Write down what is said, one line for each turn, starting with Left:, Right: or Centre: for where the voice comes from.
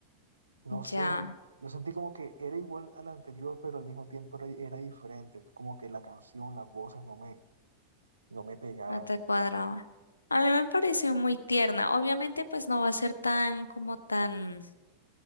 Right: No sé,
Left: Ya.
Right: yo sentí como que era igual a la anterior, pero al mismo tiempo era, era diferente, como que la canción, las voces no me, no me pegaban.
Left: No te cuadraba. A mí me pareció muy tierna. Obviamente, pues no va a ser tan como tan